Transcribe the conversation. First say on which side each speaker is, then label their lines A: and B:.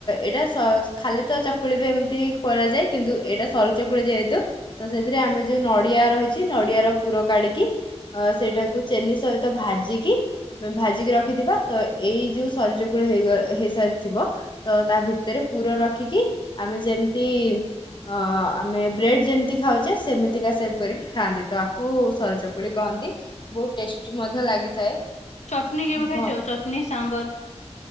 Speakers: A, on the left (about 40°); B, on the left (about 80°).
A: ଏଇଟା ଖାଲି ତ ଚକୁଳି ବି ଏମିତି କରାଯାଏ କିନ୍ତୁ ଏଇଟା ସରୁ ଚକୁଳି ଯେହେତୁ ତ ସେଥିରେ ଆମେ ଯୋଉ ନଡିଆ ରହିଛି ନଡିଆ ର ପୁର କାଢିକି, ଅ ସେଇଟାକୁ ଚେନି ସହିତ ଭାଜିକି ଭାଜିକି ରଖିଥିବା ତ ଏଇ ଯୋଉ ସରଜ କୂଳ ହେଇଗ ହେଇସାରିଥିବ ତ ତା ଭିତରେ ପୁର ରଖିକି ଆମେ ଯେମତି ଅ ଆମେ ବ୍ରେଡ ଯେମିତି ଖାଉଛେ ସେମିତିକା ସେଭ କରିକି ଖାଆନ୍ତି ତ ଆକୁ ସରୁ ଚକୁଳି କହନ୍ତି। ବହୁତ ଟେଷ୍ଟି ମଧ୍ୟ ଲାଗିଥାଏ।
B: ଚଟଣିୀ କେବେ ଖାଇଛ
A: ଘ
B: ଚଟଣିୀ ସାମ୍ବର,